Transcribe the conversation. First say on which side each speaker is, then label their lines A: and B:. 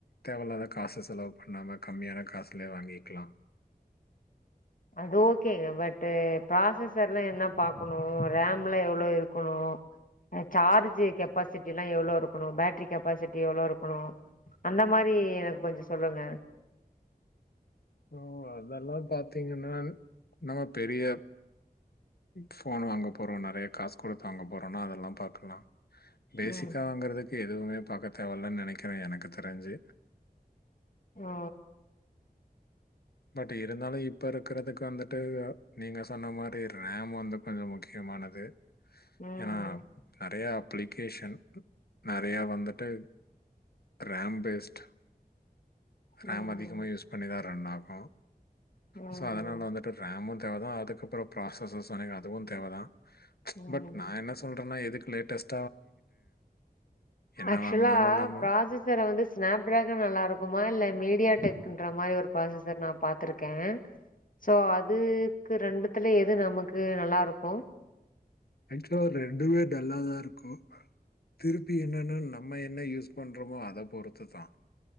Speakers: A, on the left (about 75°); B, on the left (about 55°).
A: தேவல்லாத காசு செலவு பண்ணாம கம்மியான காஸ்லேயே வாங்கிக்லா
B: அது ஓகேங்க பட்டு் ப்ராசசர் எல்லா என்ன பாக்கணு ரேம்லா எவ்ளோ இருக்குனு அ சார்ஜி கெப்பாசிட்டில்லா எவ்ளோ இருக்குனு பேட்ரி கெப்பாசிட்டி எவ்ளோ இருக்குனு அந்த மாரி டி எனக்கு கொஞ்ச சொல்லுங்க
A: ஓ அதெல்லா பாத்தீங்கன்னா நம்ம பெரிய ஃபோன் வாங்க போறோ நெறைய காஸ் குடுத்து வாங்க போறோனா அதெல்லா பாக்லா பேசிக்காங்கறதுக்கு
B: ம்
A: எதுவுமே பாக்க தேவலன்னு நெனைக்குறே எனக்கு தெரிஞ்சு
B: ஆ
A: பட் இருந்தாலு இப்ப இருக்கறதுக்கு வந்துட்டு நீங்க சொன்ன மாரி ரேம் வந்து கொஞ்சோ முக்கிய மானது
B: ம்
A: ஏன்னா நெறைய அப்ளிகேஷன் நெறைய வந்துட்டு ரேம் பேஸ்ட் ரேம்
B: ம்
A: அதிகமா யூஸ் பண்ணிதா ரன் ஆகு
B: ம்
A: சோ அதனால வந்துட்டு ரேமு தேவைதா அதுக்கப்புறோ ப்ராசஸர் சொன்னிங்க அதுவு தேவதா
B: ம்
A: பட் நா என்ன சொல்றேன்னா எதுக்கு லேட்டஸ்ட் என்ன
B: ஆக்சுவலா
A: வாங்கினாலும் நம்ம
B: ப்ராசசர் வந்து ஸ்னாப்டிராகன் நல்லா இருக் குமா இல்ல மீடியா டெக்குன்ற மாரி ஒரு ப்ராசசர் நா பாத்துருக்கே சோ அதுக்கு ரெண்டுத்துல எது நமக்கு நல்லா இருக்கு
A: ஆக்சுவலா ரெண்டுமே நல்லாதா இருக்கு திருப்பி என்னன்னு நம்ம என்ன யூஸ் பண்றோமோ அத பொறுத்து தா